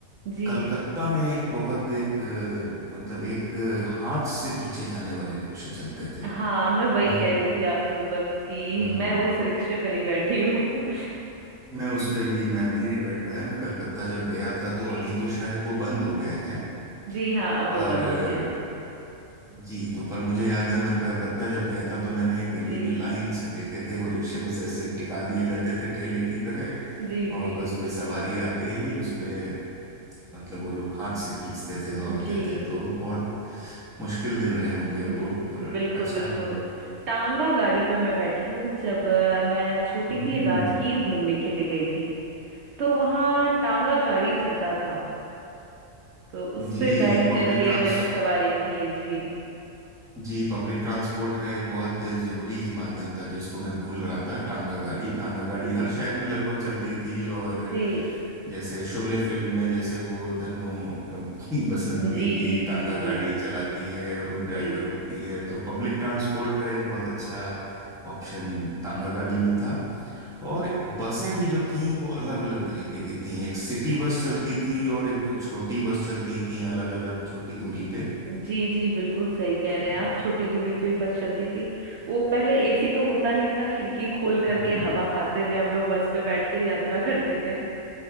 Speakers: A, on the right; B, in the centre.
A: जी
B: कलकत्ता में एक बहुत एक अ, मतलब एक अ, हाथ से खींचे जाने वाले रिक्शे चलते थे
A: हाँ मैं वही
B: उन
A: कह रही थी आपसे उस वक्त कि
B: हम्म
A: मैं उस रिक्शे पे नहीं बैठी हूँ
B: मैं उस पे भी मैं मैं ही नहीं बैठ पाया मैं कलकत्ता जब गया
A: <laughs>
B: था तो
A: जी
B: अभी तो शायद वो बंद हो गए हैं
A: जी हाँ अब
B: पर
A: वो बंद
B: अ,
A: हो गए हैं
B: जी तो पर मुझे याद है मैं कलकत्ता जब गया था तो मैंने एक गली
A: जी
B: में लाइन से देखे थे वो रिक्शे बस ऐसे टिका दिए जाते थे ठेले की तरह
A: <laughs> जी
B: और
A: जी
B: बस कोई सवारी आते ही उस पे मतलब वो लोग हाथ से खींचते थे दौड़ते
A: जी
B: थे तो बहुत मुश्किल दिन रहे होंगे वो
A: जी
B: पर
A: बिल्कुल
B: अच्छा
A: बिल्कुल
B: है
A: टांगा गाड़ी पे मैं बैठी हूँ जब अ, मैं छोटी
B: हम्म
A: थी राजगीर घूमने के लिए गई थी तो वहाँ टांगा गाड़ी चलता था तो उस
B: जी
A: पे बैठ
B: एक पब्लिक
A: करके
B: ट्रांस
A: मैंने सवारी की है जी
B: जी पब्लिक ट्रांसपोर्ट का एक बहुत जरूरी इस माध्यम था जिसको मैं भूल रहा था टांगा गाड़ी
A: जी
B: टांगा गाड़ी
A: जी
B: हर शहर में लगभग चलती थी और
A: जी
B: जैसे शोले फिल्म में जैसे वो धन्नो अ, <laughs> बसंती
A: जी
B: की
A: जी
B: टांगा
A: जी जी
B: गाड़ी चलाती है और वो ड्राइवर
A: जी
B: होती है तो पब्लिक ट्रांसपोर्ट का एक बहुत अच्छा ऑप्शन टांगा गाड़ी भी था और बसें भी जो थीं वो अलग अलग तरीके की थीं एक सिटी बस चलती थी और एक कुछ छोटी बस चलती थी अलग अलग छोटी दूरी पे
A: जी जी बिल्कुल सही कह
B: हाँ,
A: रहे हैं आप छोटी दूरी पे ही बस चलती थी वो पहले एसी तो होता नहीं था खिड़की खोल करके
B: जी
A: हवा खाते हुए हम लोग बस पे बैठ के यात्रा करते थे